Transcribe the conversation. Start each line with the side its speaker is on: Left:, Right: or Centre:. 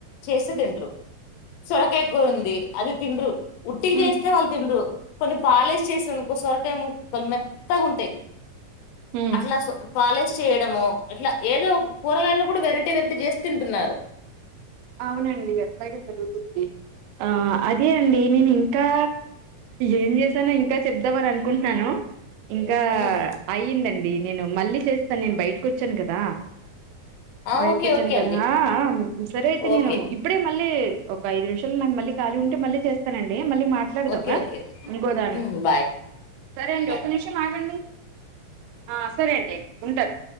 Left: చేస్త తిండు సురకాయ కూ ఉంది అది తిన్ ఉట్టికి
Right: హ్మ్
Left: చేస్తే వాళ్ళు తిినరు కొన్ని పాలేస్ చేసిననుకో సొరకాయ ముక్కలు మెత్తగా ఉంటాయి
Right: హ్మ్
Left: అట్లా సో పాలిష్ చేయడము ఇట్లా ఏదో ఒక కూరగాయలను కూడా వెరైటీ వెరైటీ చేస్త తింటున్నారు
Right: అవునండి అట్లాగే జరుగుతుంది ఆ అదే అండి నేను ఇంకా ఏం చేసానో ఇంకా చెప్దామని అనుకుంటున్నాను ఇంకా
Left: ఉమ్,
Right: అయి్యిందండి నేను మళ్ళీ చేస్తాను నేను బయటకు వచ్చాను కదా
Left: ఆ
Right: బయకుచ్చన్
Left: ఓకే ఓకే
Right: కద
Left: అండి
Right: సరే అయితే
Left: ఓకే
Right: నేను ఇప్పుడే మళ్ళీ ఒక ఐదు నిమిషాలు నాకు మళ్ీ ఖాీ ఉంటే మళ్ళీ చేస్తానండి మళ్ళీ మాట్లాడదావా
Left: ఓకే ఓకే
Right: ఇంకోదాని
Left: హ్మ్. బాయ్.
Right: సరే అండి
Left: బాయ్.
Right: ఒక నిమిషం ఆగండి ఆ సరే అండి అయితే ఉంటంది